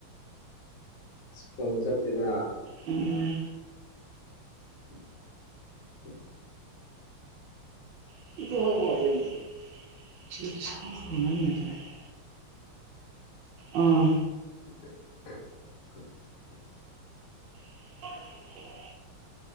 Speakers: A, on the left; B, on the right.
A: ꯁ꯭ꯀꯨꯜ ꯆꯠꯇꯗ
B: ꯎꯝ
A: ꯎ ꯎꯝ
B: <unintelligible> ꯑꯥ
A: <unintelligible>
B: ꯍ